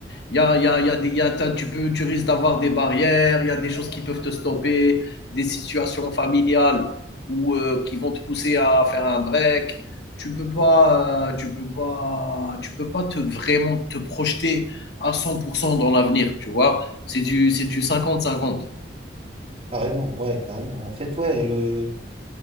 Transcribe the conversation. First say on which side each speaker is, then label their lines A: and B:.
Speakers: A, on the left (about 65°); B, on the right (about 35°).
A: Il y a, il y a, il y a des, il y a- tu, peux, tu risques d'avoir des barrières, il y a des choses qui peuvent te stopper, des situations familiales ou euh, qui vont te pousser à faire un break. Tu peux pas, euh, tu peux pas, tu peux pas te vraiment te projeter à 100% dans l'avenir, tu vois. C'est du, c'est du 50-50.
B: carrément, ouais, carrément. En fait, ouais, le,